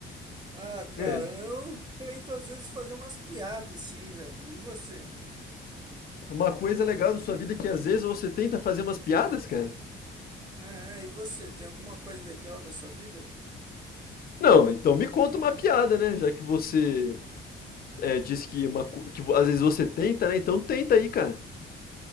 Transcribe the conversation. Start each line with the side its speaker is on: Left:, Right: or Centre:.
Right: Ah, cara,
Left: É,
Right: eu tento às vezes fazer umas piadas assim, velho. E você?
Left: uma coisa legal da sua vida é que às vezes você tenta fazer umas piadas, cara.
Right: Ah, e você? Tem alguma coisa legal da sua vida?
Left: Não, então me conta uma piada, né? Já que você é, disse que, uma, co- que vo- às vezes você tenta, né? Então tenta aí, cara.